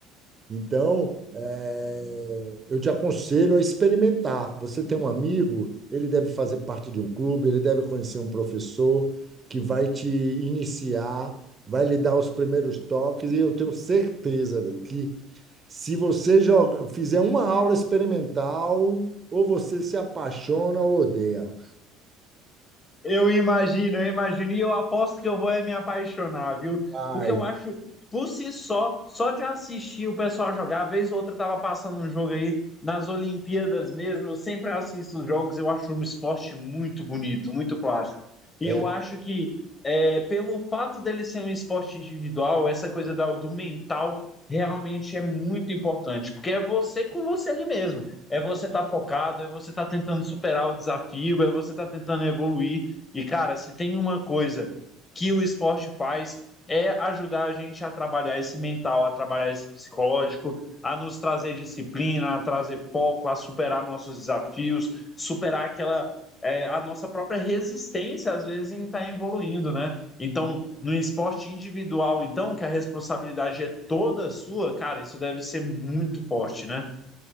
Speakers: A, on the right; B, on the left.
A: Então, eh, eu te aconselho a experimentar. Você tem um amigo, ele deve fazer parte de um clube, ele deve conhecer um professor que vai te iniciar, vai lhe dar os primeiros toques, e eu tenho certeza, velho, que se você joga, fizer uma aula experimental, ou você se apaixona ou odeia.
B: Eu imagino, eu imagino. E eu aposto que eu vou é me apaixonar, viu?
A: Ai,
B: Porque eu acho, por si só, só de assistir o pessoal jogar, vez ou outra eu tava passando um jogo aí nas Olimpíadas mesmo. Eu sempre assisto os jogos, eu acho um esporte muito bonito, muito plástico. E
A: é.
B: eu acho que, é, pelo fato dele ser um esporte individual, essa coisa da- do mental realmente é muito importante, porque é você com você ali mesmo. É você estar focado, é você estar tentando superar o desafio, é você estar tentando evoluir. E, cara, se tem uma coisa que o esporte faz é ajudar a gente a trabalhar esse mental, a trabalhar esse psicológico, a nos trazer disciplina, a trazer foco, a superar nossos desafios, superar aquela é, a nossa própria resistência às vezes em estar tá evoluindo, né? Então, no esporte individual, então que a responsabilidade é toda sua, cara, isso deve ser muito forte, né?